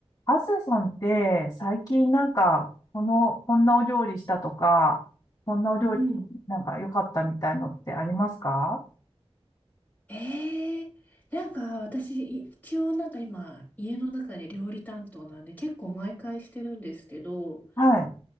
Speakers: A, on the left; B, on the left.
A: あずささんって最近なんか、この、こんなお料理したとか、こんなお料理なんか良かったみたいのってありますか
B: うん。ええなんか私、一応なんか今、家の中で料理担当なんで結構毎回してるんですけど、
A: はい、